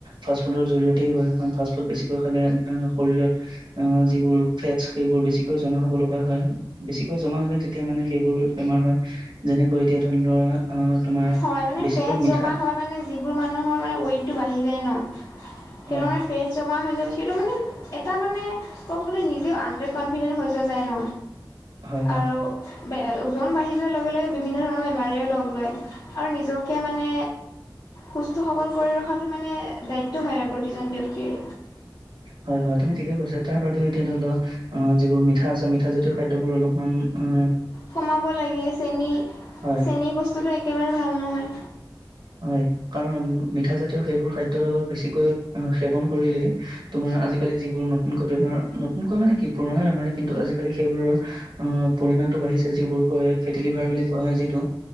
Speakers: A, on the right (about 70°); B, on the left (about 60°).
A: ফাষ্ট ফুডৰ জৰিয়তে হয় কাৰণ ফাষ্ট-ফুড বেছিকৈ খালে শৰীৰত অ, যিবোৰ ফেটচ, সেইবোৰ বেছিকৈ জমা হ'ব লগা হয়। বেছিকৈ জমা হ'লে, তেতিয়া মানে সেইবোৰ বেমাৰ হয়, যেনেকৈ এতিয়া ধৰি লোৱা আহ, তোমাৰ,
B: হয় মানে
A: বেছিকৈ
B: ফেট জমা
A: মিঠা
B: হয় মানে যিবোৰ মানুহৰ মানে ৱেতটো বাঢ়ি যায় ন, সেইটো
A: হয়
B: মানে ফেটচ জমা হৈ যাব, সেইটো মানে এটা মানে ক'ব গ'লে নিজেও আন্দাৰ কনফিডেন্ট হৈ যোৱা যায় ন।
A: হয় হয়
B: আৰু ওজন বাঢ়ি যোৱাৰ লগে, লগে বিভিন্ন ধৰণৰ বেমাৰেও লগ লয়। আৰু নিজকে মানে সুস্থ সৱল কৰি ৰখাটো মানে দায়িত্ব হয় আৰু প্ৰতিজন ব্যক্তিৰ।
A: হয়, হয়, তুমি ঠিকে কৈছা তাৰ বাদেও এতিয়া ধৰি লোৱা। অ, যিবোৰ মিঠা আছে, মিঠা জাতীয় খাদ্যবোৰ অলপমান অ,
B: কমাব লাগে, চেনী-চেনী
A: হয়,
B: বস্তুটো একেবাৰে ভাল নহয়।
A: হয়, কাৰণ মিঠা জাতীয় সেইবোৰ খাদ্য বেছিকৈ সেৱন কৰিলেই, তোমাৰ আজিকালি যিবোৰ নতুনকৈ বেমাৰ নতুনকৈ মানে কি পুৰণা বেমাৰে, কিন্তু আজিকালি সেইবোৰৰ অ, পৰিমাণটো বাঢ়িছে, যিবোৰ কয় ফেটি লিভাৰ বুলি কোৱা হয় যিটো।